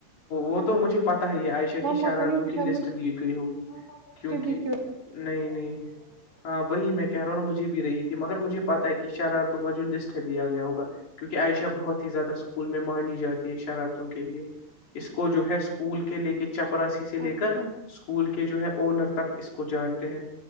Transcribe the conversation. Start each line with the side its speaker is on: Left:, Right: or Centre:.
Left: وہ تو مجھے پتاہ ہی عایشہ کی
Right: مما
Left: شرارتوں
Right: کو نہیں پوچھا
Left: کی لسٹ
Right: مجھے
Left: دی گئی ہوگی کیونک
Right: بھی
Left: نہیں
Right: کیوں
Left: نہیں ہاں وہی میں کہہ رہا ہوں نا مجھے بھی رہی تھی مگر مجھے پتا ہے کہ شرارتوں کا جو لسٹ ہے دیا گیا ہوگا کیونکہ عائشہ بہت ہی زیادہ اسکول میں مانی جاتی ہے شرارتوں کے لیے اس کو جو ہے اسکول کے لے کے چپراسی سے لے
Right: اچھا
Left: کر اسکول کے جو ہے اونر تک اس کو جانتے ہیں